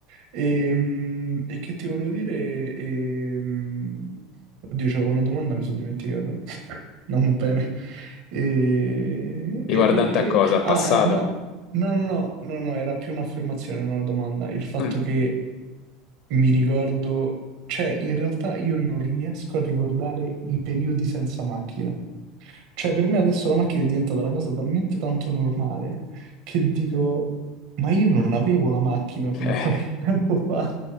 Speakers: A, on the right; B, on the left.
A: E, mm, e che ti volevo dire? E, mm, oddio, c'avevo una domanda, mi sono dimenticato. <laughs> Non bene. E,
B: Riguardante
A: e- e- e-
B: a cosa? Al
A: Ah,
B: passato?
A: eh, no. No, no, no, no, no, era più un'affermazione, non una domanda. Il fatto
B: Mm.
A: che mi ricordo, cioè, in realtà io non riesco a ricordare i periodi senza macchina. Cioè, per me adesso la macchina è diventata una cosa talmente tanto normale che dico, ma io non avevo la macchina fino
B: <laughs> Eh.
A: a qualche <laughs> tempo fa.